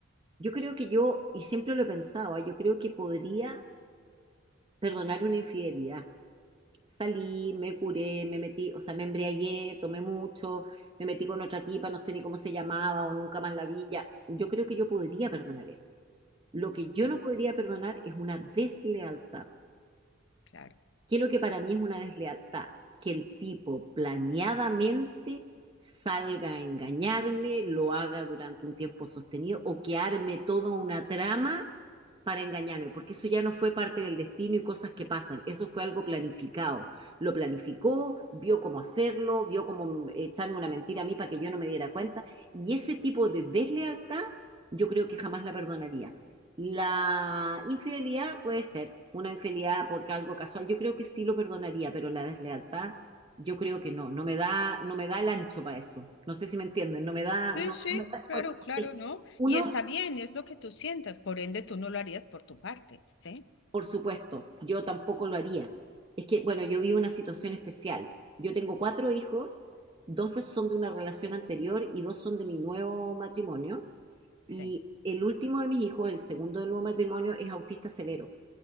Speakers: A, on the right; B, on the left.
A: Yo creo que yo, y siempre lo pensaba, yo creo que podría perdonar una infidelidad. Salí, me curé, me metí, o sea, me embriagué, tomé mucho, me metí con otra tipa, no sé ni cómo se llamaba o nunca más la vi. ya. Yo creo que yo podría perdonar eso. Lo que yo
B: sí,
A: no podría perdonar es una deslealtad.
B: claro.
A: ¿Qué es lo que para mí es una deslealtad? Que el tipo planeadamente salga a engañarme, lo haga durante un tiempo sostenido o que arme toda una trama para engañarme, porque eso ya no fue parte del destino y cosas que pasan, eso fue algo planificado. Lo planificó, vio cómo hacerlo, vio cómo mm, echarme una mentira a mí para que yo no me diera cuenta y ese tipo de deslealtad yo creo que jamás la perdonaría. La infidelidad puede ser una infidelidad porque algo casual. Yo creo que sí lo perdonaría, pero la deslealtad, yo creo que no. No me da, no me da el ancho para eso. No sé si me entienden. No me da,
B: Sí,
A: no,
B: sí,
A: no me da el
B: claro,
A: cuerpo. Porque
B: claro, ¿no?
A: Uno,
B: Y está bien, es lo que tú sientas, por ende tú no lo harías por tu parte, ¿sí?
A: por supuesto, yo tampoco lo haría. Es que, bueno, yo vivo una situación especial. Yo tengo cuatro hijos, dos son de una relación anterior y dos son de mi nuevo matrimonio. Y
B: Sí,
A: el último de mis hijos, el segundo del nuevo matrimonio, es autista severo.